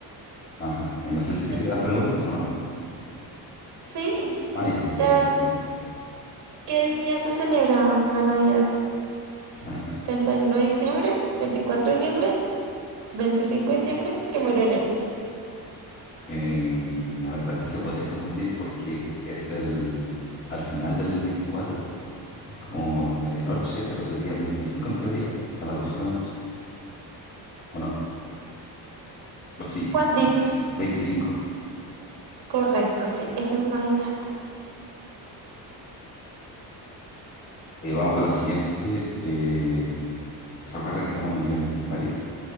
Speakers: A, on the left (about 25°); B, on the right (about 80°).
A: Ajá. Eh, no sé si te
B: Eh,
A: quedan preguntas o no.
B: Sí,
A: Ah, ya, ok.
B: te hago-
A: Bien.
B: ¿qué día se celebra la Navidad?
A: Ajá.
B: Treinta y uno de diciembre? veinticuatro de diciembre? veinticinco de diciembre? primero de enero?
A: Eh, la verdad es que se podría confundir porque es el al final del 24. Es como medianoche, pero sería el 25 en teoría, a las 12 de la noche. ¿O no? ¿O sí?
B: ¿Cuál
A: ¿O
B: dices?
A: no? Veinticinco.
B: Correcto, sí, eso es Navidad.
A: Eh, vamos con la siguiente. eh, recuerda que estamos en el nivel intermedio.